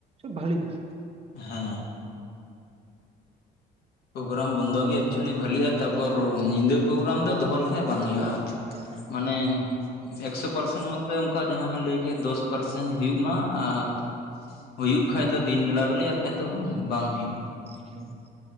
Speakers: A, on the right (about 35°); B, on the left (about 70°).
A: ᱵᱷᱟᱞᱤᱜᱼᱟ ᱾
B: ᱦᱮᱸ ᱯᱨᱳᱜᱽᱨᱟᱢ ᱵᱚᱱᱫᱚ ᱜᱮ ᱮᱠᱪᱮᱭᱮᱞᱤ ᱵᱷᱟᱞᱤᱜᱼᱟ ᱛᱟᱯᱚᱨ
A: ᱦᱮᱸ
B: ᱧᱤᱸᱫᱟᱹ ᱯᱨᱳᱜᱽᱨᱟᱢ ᱫᱚ ᱫᱚᱦᱚ ᱞᱮᱠᱷᱟᱡ ᱵᱟᱝ ᱦᱩᱭᱩᱜᱼᱟ ᱾
A: ᱦᱮᱸ ᱦᱮᱸᱼᱼ
B: ᱢᱟᱱᱮ <unintelligible> ᱮᱠᱥᱚ ᱯᱟᱨᱥᱮᱱ ᱢᱚᱫᱽᱫᱷᱮ ᱚᱱᱠᱟ ᱡᱟᱦᱟᱸ ᱵᱮᱱ ᱞᱟᱹᱭᱠᱮᱜ ᱫᱚᱥ ᱯᱟᱨᱥᱮᱱ ᱦᱳᱭᱳᱜ ᱢᱟ ᱟᱨᱼᱼ ᱦᱩᱭᱩᱜ ᱠᱷᱟᱡ ᱫᱚ ᱫᱤᱱ ᱵᱮᱞᱟ ᱵᱮᱞᱤ ᱟᱨ ᱵᱟᱝ ᱠᱷᱟᱡᱽ ᱫᱚ ᱵᱟᱝ ᱦᱳᱭᱳᱜᱼᱟ ᱾
A: ᱦᱮᱸ ᱦᱮᱸᱼᱼ